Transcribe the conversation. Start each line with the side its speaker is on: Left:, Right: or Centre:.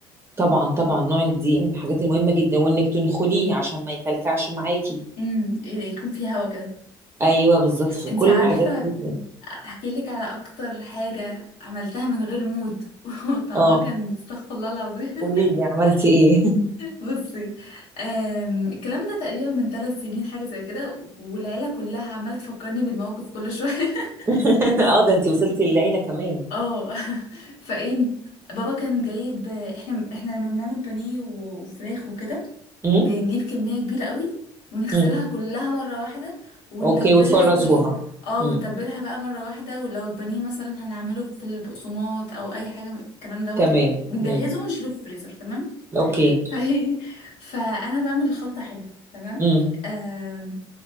Right: طبعا طبعا نوع الدقيق من الحاجات المهمة جدا وانك تنخليه عشان ما يكلكعش معاكي
Left: امم يكون فيه هوا كده
Right: ايوه بالظبط في
Left: انتي
Right: كل
Left: عارفة
Right: الحاجات <laughs> دي
Left: احكي لك على اكتر حاجة عملتها من غير مود <laughs> وطعمها
Right: اه
Left: كان استغفر الله العظيم <laughs>
Right: قولي لي عملتي ايه
Left: بصي آم، الكلام ده تقريبا من ثلاث سنين حاجة زي كده والعيلة كلها عمالة تفكرني بالموقف كل شوية <laughs>
Right: <laughs> اه ده انت وصلتي للعيلة كمان
Left: اه فايه بابا كان جايب احنا احنا لما بنعمل بانيه وفراخ وكده
Right: امم
Left: بنجيب كمية كبيرة قوي ونغسلها
Right: امم
Left: كلها مرة واحدة ونتبلها
Right: اوكي وتفرزوها
Left: كل اه
Right: امم
Left: ونتبلها بقى مرة واحدة ولو البانيه مثلا هنعمله في البقسماط او اي حاجة من الكلام دوت
Right: تمام
Left: بنجهزه
Right: امم
Left: ونشيله في الفريزر تمام
Right: اوكي
Left: <laughs> فهي فانا بعمل الخلطة حلو تمام
Right: امم
Left: آم،